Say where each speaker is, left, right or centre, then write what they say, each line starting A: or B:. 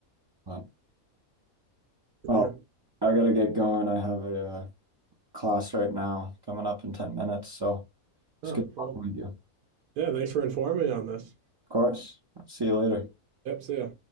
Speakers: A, on the right; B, on the right.
A: But, well,
B: yeah.
A: I gotta get going. I have a, uh, class right now coming up in 10 minutes. So it's
B: Oh,
A: good talking
B: well,
A: with you. Of
B: yeah. Thanks for informing me on this.
A: course. See you later.
B: Yep. See ya.